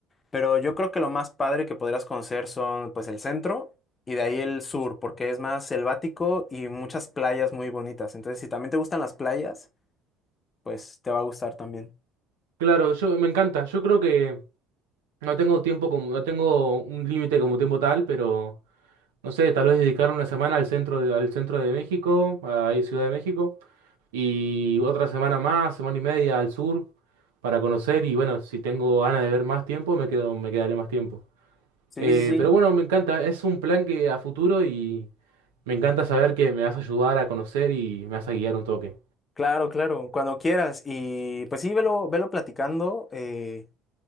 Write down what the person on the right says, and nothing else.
claro, yo me encanta, yo creo que no tengo tiempo como, no tengo un límite como tiempo tal, pero... No sé, tal vez dedicar una semana al centro de, al centro de México, ahí Ciudad de México, y otra semana más, semana y media al sur para conocer y bueno, si tengo ganas de ver más tiempo, me quedo, me quedaré más tiempo.
Eh,
pero bueno, me encanta, es un plan que a futuro y me encanta saber que me vas a ayudar a conocer y me vas a guiar un toque.